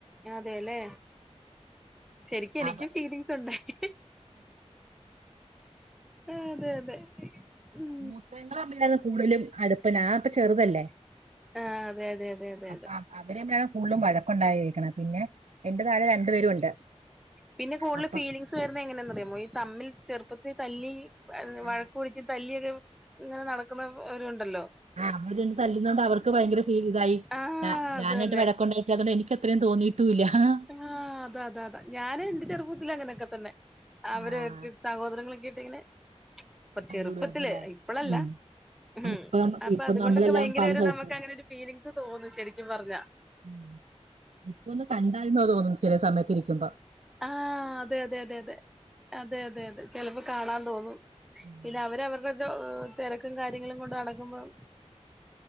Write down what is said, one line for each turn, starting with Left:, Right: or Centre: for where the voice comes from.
Centre: അതെല്ലേ ശരിക്ക്‌ എനിക്കും
Right: അവ
Centre: ഫീലിങ്സ് ഉണ്ടായി. ആഹ് അതെ അതെ ഉം
Right: മൂത്തേങ്ങൾ തമ്മിലാര്ന്നു കൂടുതലും അടുപ്പം ഞാൻ അപ്പ ചെറുതല്ലേ
Centre: ആഹ് അതെ അതെ അതെ അതെ
Right: അപ്പൊ
Centre: അതെ
Right: അ- അവര് തമ്മിലാണ് കൂടുതലും വഴക്ക് ഉണ്ടായിരിക്കുന്നത് പിന്നെ എന്റെ താഴെ രണ്ടു പേരും ഉണ്ട്.
Centre: പിന്നെ കൂടുതൽ
Right: അപ്പം
Centre: ഫീലിംഗ്സ് വരുന്നത് എങ്ങനെയന്ന് അറിയാമോ ഈ തമ്മിൽ ചെറുപ്പത്തിൽ തല്ലി
Right: ആ
Centre: വഴക്ക്‌ കൂടിയിട്ട് തല്ലിയൊരു ഇങ്ങനെ നടക്കുന്ന ഒരുണ്ടല്ലോ
Right: ആഹ് അവര് രണ്ടും തല്ലുന്നോണ്ട് അവർക്ക് ഭയങ്കര ഫീൽ ഇതായി
Centre: ആഹ്
Right: ഞാ
Centre: അത്
Right: ഞാനായിട്ട്
Centre: തന്നെ
Right: വഴക്കുണ്ടെ ല്ലാത്തോണ്ട് എനിക്ക് അത്രയും തോന്നി. ട്ടൂല ആഹ്
Centre: ആഹ് അതെ അതെ അതെ ഞാൻ ഇന്റെ ചെറുപ്പത്തിൽ അങ്ങനെയൊക്കെ തന്നെ അവരെ
Right: ആഹ്
Centre: വെർപ്പിച്ച് സഹോദരങ്ങളൊക്കെഇട്ട് ഇങ്ങനെ ഇപ്പൊ
Right: തല്ലൂടുവായിരുന്നല്ലേ
Centre: ചെറുപ്പത്തില് ഇപ്പളല്ല
Right: ഉം
Centre: ഉം
Right: ഇപ്പം
Centre: അപ്പൊ
Right: ഇപ്പം
Centre: അതുകൊണ്ടൊക്കെ
Right: നമ്മളെല്ലാം
Centre: ഭയങ്കര
Right: പല
Centre: ഒരു
Right: സ്ഥലത്ത്
Centre: നമുക്ക് അങ്ങനെ ഒരു ഫീലിങ്സ് തോന്നും ശരിക്കും പറഞ്ഞാ.
Right: ഉം ഇപ്പൊന്ന് കണ്ടാൽന്ന് തോന്നും ചില സമയത്തിരിക്കുമ്പോ
Centre: ആഹ് അതെ അതെ അതെ അതെ അതെ അതെ അതെ ചെലപ്പോ കാണാൻ തോന്നും.
Right: ഉം.
Centre: പിന്നെ അവരവരുടെത് തിരക്കും കാര്യങ്ങളും കൊണ്ട് നടക്കുമ്പം